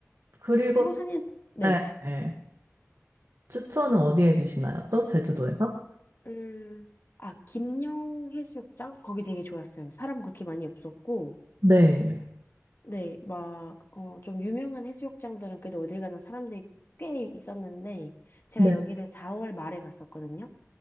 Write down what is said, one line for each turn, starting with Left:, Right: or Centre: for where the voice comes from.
Right: 그리고,
Left: 성산일, 네.
Right: 네, 네. 추천은 어디에 주시나요? 또? 제주도에서?
Left: 음, 아, 김영 해수욕장? 거기 되게 좋았어요. 사람 그렇게 많이 없었고,
Right: 네.
Left: 네, 막, 어, 좀 유명한 해수욕장들은 그래도 어딜 가나 사람들이 꽤 있었는데, 제가
Right: 네.
Left: 여기를 4월 말에 갔었거든요.